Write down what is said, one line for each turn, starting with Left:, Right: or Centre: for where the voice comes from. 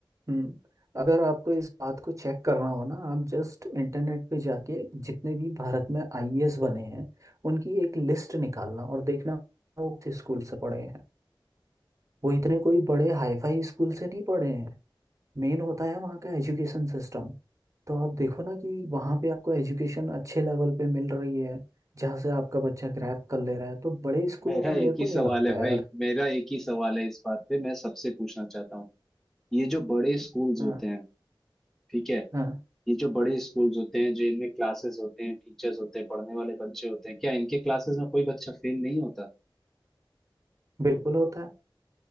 Right: हम्म अगर आपको इस बात को चेक करना हो ना आप जस्ट इंटरनेट पे जाके जितने भी भारत में आईएएस बने हैं उनकी एक लिस्ट निकालना और देखना वो किस स्कूल से पढ़े हैं वो इतने कोई बड़े हाईफाई स्कूल से नहीं पढ़े हैं मेन होता है वहाँ का एजुकेशन सिस्टम तो आप देखो ना कि वहाँ पे आपको एजुकेशन अच्छे लेवल पे मिल रही है जहाँ से आपका बच्चा ग्रैब कर ले रहा है तो बड़े स्कूलों
Centre: मेरा
Right: में मेरे
Centre: एक
Right: को
Centre: ही
Right: नहीं
Centre: सवाल
Right: लगता
Centre: है भाई
Right: यार
Centre: मेरा एक ही सवाल है इस बात पे मैं सबसे पूछना चाहता हूँ ये जो बड़े स्कूल्स
Right: हाँ
Centre: होते हैं ठीक है
Right: हाँ
Centre: ये जो बड़े स्कूल्स होते हैं जो इनमें क्लासेस होते हैं टीचर्स होते हैं पढ़ने वाले बच्चे होते हैं क्या इनके क्लासेस में कोई बच्चा फेल नहीं होता
Right: बिल्कुल होता है